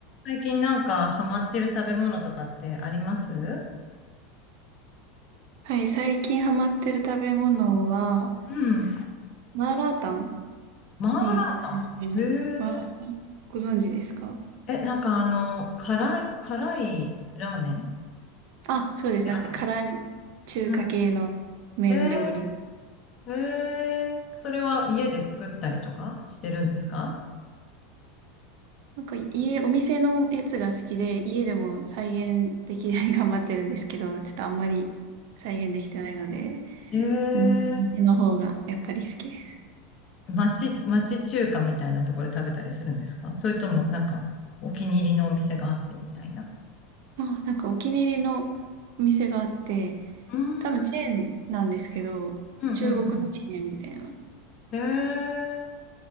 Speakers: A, on the left; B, on the right.
A: 最近なんかハマってる食べ物とかってあります
B: はい、最近ハマってる食べ物は、
A: うん。
B: マーラータン
A: マーラータン。
B: に、うんマーラータンご存知ですか
A: へえ。え、なんかあの、辛い、辛いラーメン
B: あ、そうです。
A: で合ってます
B: なんか辛い中華系の麺料理。
A: うん。へえ。へえ。それは家で作ったりとかしてるんですか
B: なんか家、お店のやつが好きで、家でも再現できるように頑張ってるんですけど、ちょっとあんまり再現できてないので、
A: へえ。
B: うん、店の方がやっぱり好きです。
A: 町、町中華みたいなところで食べたりするんですかそれともなんかお気に入りのお店があってみたいな。
B: まあ、なんかお気に入りのお店があって、
A: うーん。
B: 多分チェーンなんですけど、
A: うん、
B: 中国のチェーンみたいな。
A: うん、うん。へえ。